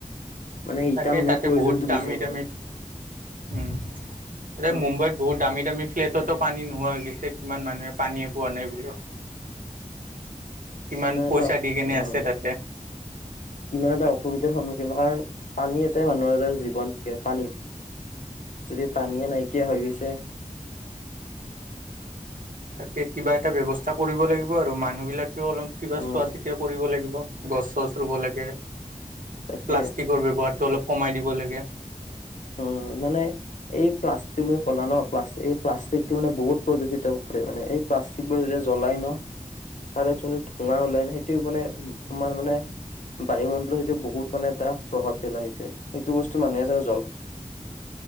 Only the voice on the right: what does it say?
তাকে
তাতে
বহুত দামী
দামী। উম এ
মুম্বাইত বহুত দামী দামী ফ্লেট। পানী নোহোৱা হৈ গৈছে কিমান মানুহে পানীয়ে পোৱা নাই বোলো। কিমান পইচা
দি কেনে আছে তাতে।
তাকে কিবা এটা ব্যৱস্থা কৰিব লাগিব আৰু মানুহ বিলাক অলপ কিবা
চোৱা চিতা কৰিব লাগিব গছ চছ ৰুব লাগে।
প্লাষ্টিকৰ ব্যৱহাৰটো অলপ কমাই দিব লাগে ।